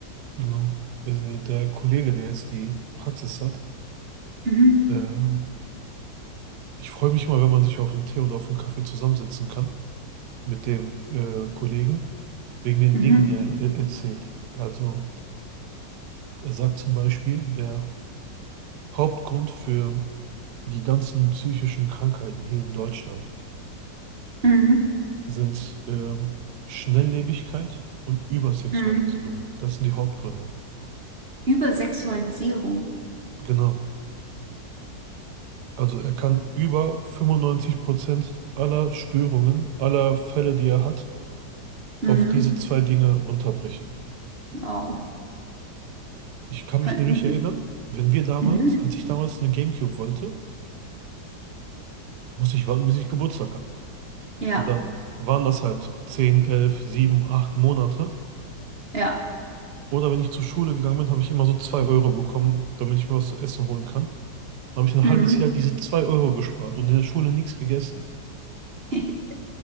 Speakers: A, on the right; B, on the right.
A: Genau. Äh, der Kollege, der jetzt die Praxis hat,
B: Mhm.
A: ähm, ich freue mich mal, wenn man sich auf einen Tee oder auf einen Kaffee zusammensetzen kann mit dem äh, Kollegen, wegen den
B: Mhm.
A: Dingen, die er e- erzählt. Also er sagt zum Beispiel, der Hauptgrund für die ganzen psychischen Krankheiten hier in Deutschland
B: Mhm.
A: sind ähm, Schnelllebigkeit und Übersexualisierung.
B: Mhm.
A: Das sind die Hauptgründe.
B: Übersexualisierung.
A: Genau. Also er kann über 95% aller Störungen, aller Fälle, die er hat,
B: Mhm.
A: auf diese zwei Dinge runterbrechen.
B: Wow.
A: Ich kann mich
B: Äh,
A: nämlich
B: mhm.
A: erinnern, wenn wir damals,
B: Mhm.
A: als ich damals eine GameCube wollte, musste ich warten, bis ich Geburtstag habe.
B: Ja,
A: Und dann waren das halt 10, 11, 7, 8 Monate.
B: ja.
A: Oder wenn ich zur Schule gegangen bin, habe ich immer so 2 Euro bekommen, damit ich mir was zu essen holen kann. Dann habe ich ein
B: Mhm.
A: halbes Jahr diese 2 Euro gespart und in der Schule nichts gegessen.
B: <laughs>